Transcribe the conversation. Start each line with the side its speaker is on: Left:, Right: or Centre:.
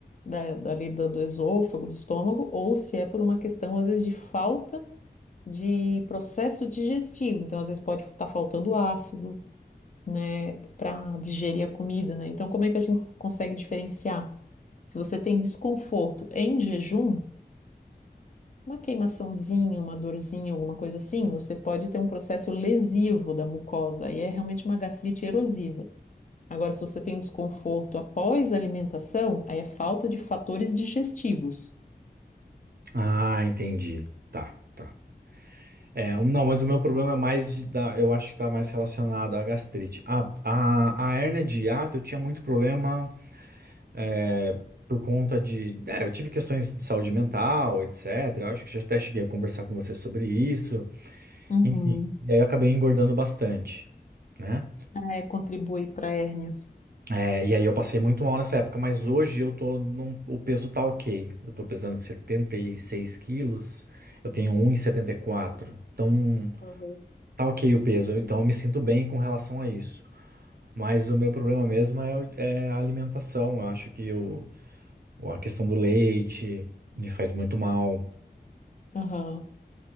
Left: da, dali da- do esôfago, do estômago, ou se é por uma questão, às vezes, de falta de processo digestivo. Então, às vezes, pode estar faltando ácido, né, para digerir a comida, né? Então, como é que a gente consegue diferenciar? Se você tem desconforto em jejum, uma queimaçãozinha, uma dorzinha, alguma coisa assim, você pode ter um processo lesivo da mucosa, e é realmente uma gastrite erosiva. Agora, se você tem um desconforto após a alimentação, aí é falta de fatores digestivos.
Right: Ah, entendi. Tá, tá. É, o- não, mas o meu problema é mais de, da, eu acho que tá mais relacionado à gastrite. A, a, a hérnia de hiato, eu tinha muito problema é, por conta de. é, eu tive questões de saúde mental, etc. Eu acho que já até cheguei a conversar com você sobre isso.
Left: Uhum.
Right: Enfim, e aí eu acabei engordando bastante, né?
Left: Ah, É, contribui para a hérnia.
Right: É, e aí eu passei muito mal nessa época, mas hoje eu tô num, o peso tá ok. Eu tô pesando 76 quilos, eu tenho um e e setenta e quatro Então
Left: Uhum.
Right: tá ok o peso, então eu me sinto bem com relação a isso. Mas o meu problema mesmo é, o- é a alimentação. Eu acho que o, a questão do leite me faz muito mal.
Left: Aham.